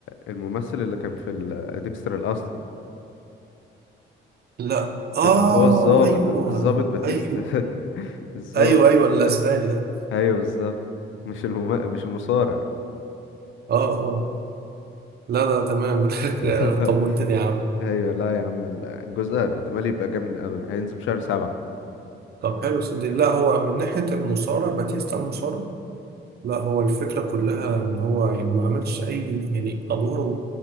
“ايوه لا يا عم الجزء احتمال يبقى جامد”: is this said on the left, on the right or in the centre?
Left